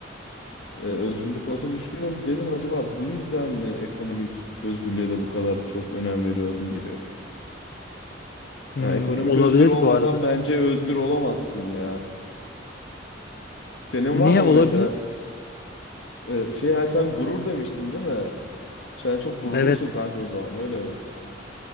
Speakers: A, on the left; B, on the left.
A: e, özgürlük konusunda düşkünüm. Dedim acaba bu yüzden mi ekonomik özgürlüğe de bu kadar çok önem veriyorum gibi.
B: Hmm,
A: Ya ekonomik
B: olabilir
A: özgür olmadan
B: bu arada.
A: bence özgür olamazsın ya. Senin
B: Niye
A: var mı
B: olabilir?
A: mesela e, şey ha, sen gurur demiştin değil mi? Sen çok gururlusun
B: Evet,
A: kanka o zaman öyle mi?